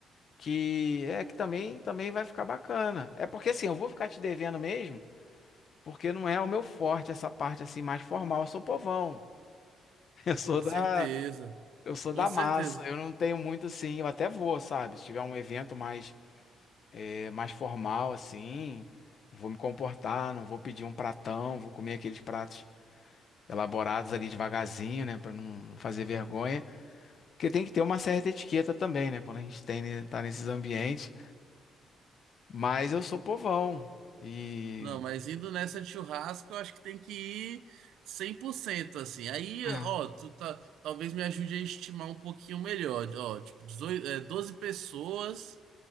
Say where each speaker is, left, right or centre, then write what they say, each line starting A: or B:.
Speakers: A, on the left; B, on the right.
A: que é que também também vai ficar bacana. É porque assim, eu vou ficar te devendo mesmo. Porque não é o meu forte essa parte assim mais formal. Eu sou povão. <laughs> Eu sou
B: Com
A: da,
B: certeza,
A: eu sou
B: com
A: da
B: certeza.
A: massa. Eu não tenho muito assim. Eu até vou, sabe? Se tiver um evento mais, eh, mais formal assim, vou me comportar. Não vou pedir um pratão. Vou comer aqueles pratos elaborados ali devagarzinho, né? Pra não fazer vergonha. Porque tem que ter uma certa etiqueta também, né? Quando a gente tem, né, tá nesses ambientes. Mas eu sou povão. E.
B: Não, mas indo nessa de churrasco, eu acho que tem que ir 100% assim. Aí,
A: É.
B: ó, tu tá, talvez me ajude a estimar um pouquinho melhor. Ó, tipo, 18, é, 12 pessoas.